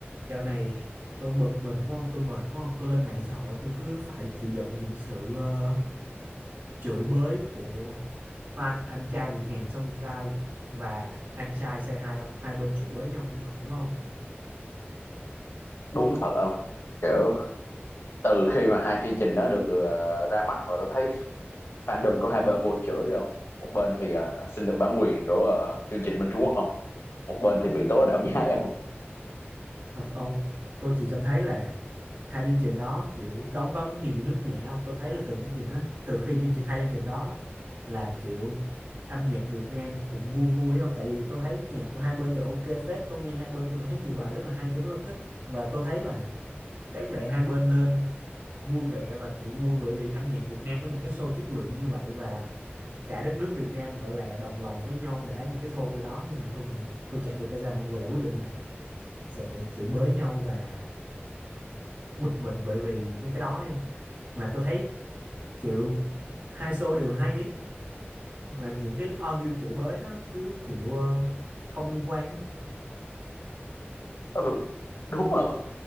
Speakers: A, on the right; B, on the left.
A: Dạo này tôi bực mình đúng không? Tôi mệt đúng không? Tôi lên mạng xã hội tôi cứ phải chịu đựng những sự ờ, chửi bới của fan anh trai vượt ngàn sông gai và anh trai say hi ông Hai bên chửi bới nhau kinh khủng đúng không?
B: đúng thật không kiểu từ khi mà hai chương trình nó được ờ, ra mắt và tôi thấy fandom của hai bên vô chữa rồi không một bên thì ờ, xin được bản quyền của ờ, chương trình bên Trung Quốc không một bên thì bị tố là đạo <laughs> nhái không
A: Thật ông Tôi chỉ cảm thấy là hai chương trình đó kiểu đóng góp rất nhiều cho nước nhà ông Tôi thấy là từ chương trình đó, từ khi chương trình hai chương trình đó là kiểu âm nhạc Việt Nam cũng vui vui không? Tại vì tôi thấy nhạc của hai bên đều ok phết. Tôi nghe hai bên tôi thấy nhiều bài rất là hay, tôi rất là thích và tôi thấy là đáng lẽ hai bên nên vui vẻ và kiểu vui bởi vì âm nhạc Việt Nam có những cái show chất lượng như vậy và cả đất nước Việt Nam gọi là đồng lòng với nhau để những cái show kiểu đó nhưng mà tôi vẫn tôi chả hiểu tại sao mọi người lại quyết định là sẽ chửi bới nhau và bực mình bởi vì mấy cái đó ấy không mà tôi thấy kiểu hai show đều hay ấy mà những cái argue chửi bới nó cứ kiểu ờ, không liên quan ấy
B: ừ đúng không